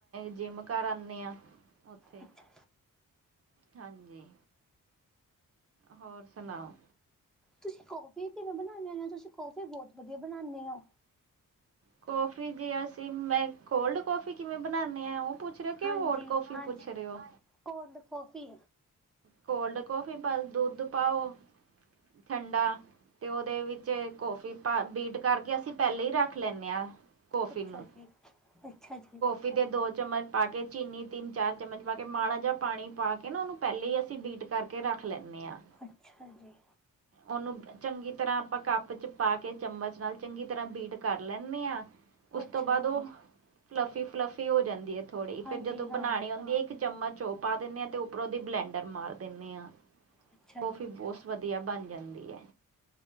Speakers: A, on the right; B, in the centre.
A: ਜਿੰਮ ਕਰ ਆਨੇ ਆ ਓਥੇ।
B: ਅੱਛਾ
A: ਹਾਂਜੀ। ਹੋਰ ਸੁਣਾਓ।
B: ਤੁਸੀਂ ਕੌਫੀ ਕਿਵੇਂ ਬਣਾਦੇ ਆ, ਤੁਸੀਂ ਕੌਫੀ ਬਹੁਤ ਵਧੀਆ ਬਣਾਦੇ ਆ।
A: ਕੌਫੀ ਜੀ, ਅਸੀਂ ਮੈਂ ਕੋਲਡ ਕੌਫੀ ਕਿਵੇਂ ਬਣਾਦੀ ਆ ਉਹ ਪੁੱਛ ਰਹੇ ਓ ਕਿ
B: ਹਾਂਜੀ
A: ਹੌਟ ਕੌਫੀ
B: ਹਾਂਜੀ
A: ਪੁੱਛ ਰਹੇ ਓ?
B: Cold coffee.
A: ਕੋਲਡ ਕੌਫ਼ੀ ਬਸ ਦੁੱਧ ਪਾਓ ਠੰਡਾ। ਤੇ ਉਹਦੇ ਵਿੱਚ ਕੌਫੀ ਪਾ ਬੀਟ ਕਰਕੇ ਅਸੀਂ ਪਹਿਲਾਂ ਈ ਰੱਖ ਲੈਂਦੇ ਆ ਕੌਫੀ
B: ਅੱਛਾ
A: ਨੂੰ।
B: ਜੀ ਅੱਛਾ ਜੀ।
A: ਕਿਤੇ ਦੋ ਚਮਚ ਪਾ ਕੇ ਚੀਨੀ ਤਿੰਨ-ਚਾਰ ਚਮਚ ਪਾ ਕੇ ਮਾੜਾ ਜਿਹਾ ਪਾਣੀ ਪਾ ਕੇ ਨਾ ਉਹਨੂੰ ਪਹਿਲੇ ਈ ਅਸੀਂ ਬੀਟ ਕਰਕੇ ਰੱਖ ਲੈਣੇ ਆ।
B: ਅੱਛਾ ਜੀ।
A: ਉਹਨੂੰ ਚੰਗੀ ਤਰ੍ਹਾਂ ਆਪਾਂ ਕੱਪ ਚ ਪਾ ਕੇ ਚਮਚ ਨਾਲ ਚੰਗੀ ਤਰ੍ਹਾਂ ਬੀਟ ਕਰ ਲੈਣੇ ਆ। ਉਸ
B: ਅੱਛਾ
A: ਤੋਂ ਬਾਅਦ ਉਹ
B: ਜੀ
A: ਫਲੱਫੀ ਫਲੱਫੀ ਹੋ ਜਾਂਦੀ ਆ ਥੋੜ੍ਹੀ
B: ਹਾਂਜੀ
A: ਫੇਰ ਜਦੋਂ
B: ਹਾਂ
A: ਬਣਾਣੀ ਹੁੰਦੀ ਏ ਇੱਕ ਚਮਚ ਉਹ ਪਾ ਦਿੰਦੇ ਆਂ ਤੇ ਉੱਪਰੋਂ ਦੀ ਬਲੈਂਡਰ ਮਾਰ ਦਿੰਦੇ ਆ
B: ਅੱਛਾ
A: ਕੌਫੀ
B: ਜੀ
A: ਬਹੁਤ ਵਧੀਆ ਬਣ ਜਾਂਦੀ ਏ।